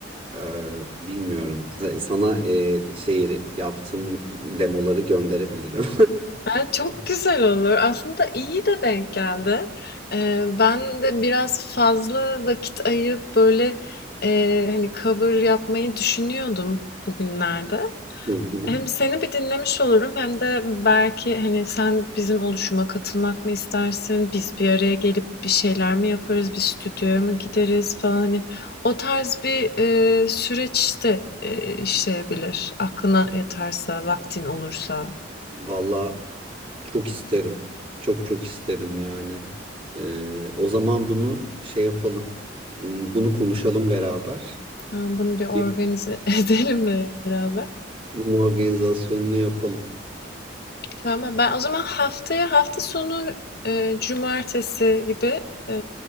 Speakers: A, on the right; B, on the left.
A: e, bilmiyorum. Sa- Sana e, şey yaptığım demoları gönderebilirim.
B: Ha, çok
A: <laughs>
B: güzel olur. Aslında iyi de denk geldi. Ee, ben de biraz fazla vakit ayırıp böyle e, hani cover yapmayı düşünüyordum bugünlerde.
A: Hı hı.
B: Hem seni bir dinlemiş olurum hem de belki hani sen bizim oluşuma katılmak mı istersin? Biz bir araya gelip bir şeyler mi yaparız? Bir stüdyoya mı gideriz falan hani o tarz bir e, süreç de e, işleyebilir. Aklına yatarsa, vaktin olursa.
A: Valla Çok isterim. Çok çok isterim yani. Ee, o zaman bunu şey yapalım. Hmm, Bunu konuşalım beraber.
B: Tamam, bunu bir organize
A: Bir-
B: <laughs> edelim beraber.
A: Bunun organizasyonunu yapalım.
B: Tamam, ben o zaman haftaya hafta sonu e, cumartesi gibi e,